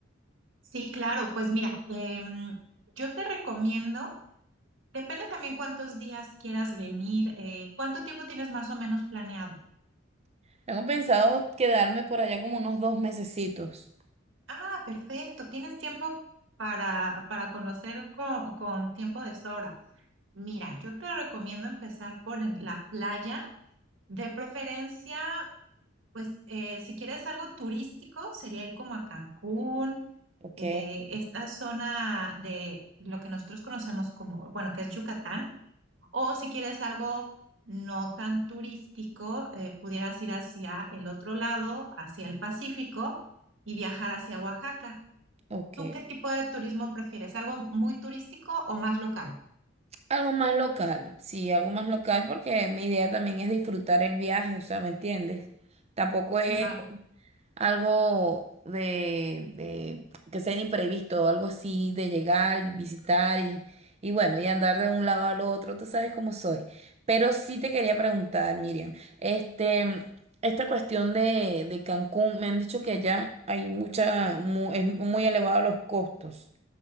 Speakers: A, on the right; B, on the right.
A: Sí, claro. Pues mira, em, yo te recomiendo, depende también cuántos días quieras venir, eh, cuánto tiempo tienes más o menos planeado.
B: Tengo pensado quedarme por allá como unos dos mesecitos,
A: Ah, perfecto. Tienes tiempo para, para conocer con, con tiempo de sobra. Mira, yo te recomiendo empezar por en- la playa, de preferencia. Pues eh, si quieres algo turístico, sería ir como a Cancún,
B: ¿ok?
A: eh, esta zona de lo que nosotros conocemos como, bueno, que es Yucatán, o si quieres algo no tan turístico, eh, pudieras ir hacia el otro lado, hacia el Pacífico y viajar hacia Oaxaca.
B: Ok.
A: ¿Tú qué tipo de turismo prefieres? ¿Algo muy turístico o más local?
B: Algo más local, sí, algo más local porque mi idea también es disfrutar el viaje, o sea, ¿me entiendes? Tampoco es
A: Claro,
B: algo de, de que sea imprevisto, algo así de llegar y visitar y, y bueno, y andar de un lado al otro, tú sabes cómo soy. Pero sí te quería preguntar, Miriam, este, esta cuestión de, de Cancún, me han dicho que allá hay mucha, mu- es muy elevado los costos.